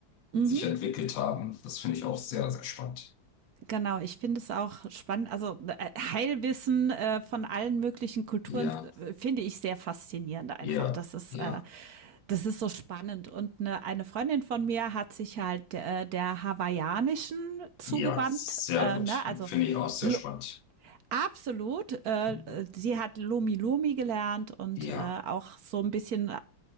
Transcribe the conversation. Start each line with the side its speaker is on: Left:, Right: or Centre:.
Right: Mhm,
Left: sich entwickelt haben. Das finde ich auch sehr, sehr spannend.
Right: genau, ich finde es auch spannend. Also äh, Heilwissen äh, von allen möglichen Kulturen
Left: Ja,
Right: äh, finde ich sehr faszinierend
Left: ja,
Right: einfach. Das ist,
Left: ja,
Right: äh, das ist so spannend. Und eine, eine Freundin von mir hat sich halt äh, der hawaiianischen zugewandt,
Left: ja, sehr
Right: äh,
Left: gut.
Right: ne? also
Left: Finde ich auch sehr
Right: L
Left: spannend.
Right: Absolut. Äh,
Left: Mhm.
Right: sie hat Lomi Lomi gelernt und
Left: Ja.
Right: äh, auch so ein bisschen